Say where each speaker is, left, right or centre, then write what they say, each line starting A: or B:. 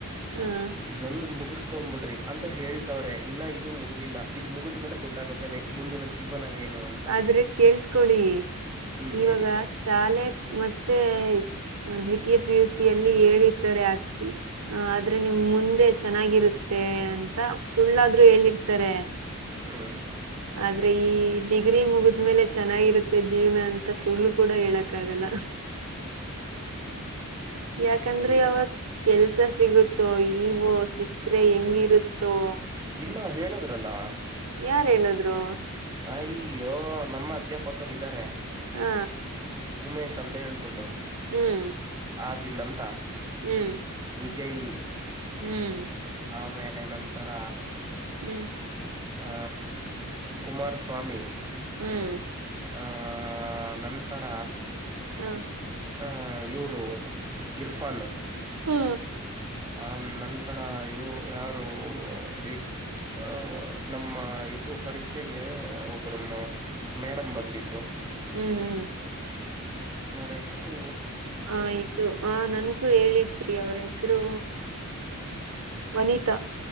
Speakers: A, on the right (about 80°); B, on the right (about 20°).
A: ಹ್ಮ್
B: ಇದೊಂದು ಮುಗಸ್ಕೊಂಡಬಿಡ್ರಿ ಅಂತ ಹೇಳ್ತವ್ರೆ ಇನ್ನ ಇದು ಮುಗುದಿಲ್ಲ ಇದು ಮುಗಿದ್ ಮೇಲೆ ಗೊತ್ತಾಗುತ್ತೆ ಮುಂದಿನ ಜೀವನ ಏನು ಅಂತ.
A: ಆದ್ರೆ ಕೇಳ್ಸ್ಕೊಳ್ಳಿ
B: ಹ್ಮ್
A: ಇವಾಗ
B: ಹೇಳಿ
A: ಶಾಲೆ ಮತ್ತೆ ಹ ದ್ವಿತೀಯ ಪಿ ಯು ಸಿ ಅಲ್ಲಿ ಹೇಳಿರ್ತಾರೆ ಅ ಹ ಆದ್ರೆ ನಿಮ್ ಮುಂದೆ ಚೆನ್ನಾಗಿರುತ್ತೆ ಅಂತ ಸುಳ್ಳಾದ್ರು ಹೇಳಿರ್ತಾರೆ.
B: ಹ್ಮ
A: ಆದ್ರೆ ಈ ಡಿಗ್ರಿ ಮುಗದ್ಮೇಲೆ ಚೆನ್ನಾಗಿರುತ್ತೆ ಜೀವನ ಅಂತ ಸುಳ್ಳು ಕೂಡ ಹೇಳಕ್ಕ ಆಗಲ್ಲ. ಯಾಕಂದ್ರೆ
B: ಹ್ಮ್
A: ಅವಾಗ ಕೆಲ್ಸ ಸಿಗುತ್ತೋ ಇಲ್ವೋ ಸಿಕ್ಕರೆೆ ಹೆಂಗಿರುತ್ತೋ?
B: ಇಲ್ಲ ಹೇಳುದ್ರಲ್ಲ.
A: ಯಾರ ಹೇಳಿದ್ರು?
B: ಅ ಅಯ್ಯೋ ನಮ್ಮ ಅಧ್ಯಾಪಕರು ಇದಾರೆ.
A: ಹಾ
B: ಉಮೇಶ್ ಅಂತ ಹೇಳ್ಬಿಟ್ಟು.
A: ಹ್ಮ್
B: ಆದಿಲ್ಲಂತ
A: ಹ್ಮ್
B: ವಿಜಯ್
A: ಹ್ಮ್
B: ಆಮೇಲೆ ನಂತರ.
A: ಹ್ಮ್
B: ಆ ಕುಮಾರಸ್ವಾಮಿ.
A: ಹ್ಮ್
B: ಆ ನಂತರ
A: ಹಾ
B: ಆ ಇವರು ಇರ್ಫಾನ್
A: ಹ್ಮ್
B: ಆ ನಂತರ ಇವು ಯಾರು ಈ ಅ ನಮ್ಮ ಇದು ಪರೀಕ್ಷೆಗೆ ಒಬ್ರಮ್ಮ ಮೇಡಮ್ ಬಂದಿದ್ರು.
A: ಹ್ಮ್ ಹ್ಮ್
B: ಅವರ ಹೆಸರು
A: ಹ ಇದು ಆ ನನ್ಗೂ ಹೇಳಿದ್ರಿ ಅವ್ರ ಹೆಸರು ವನಿತಾ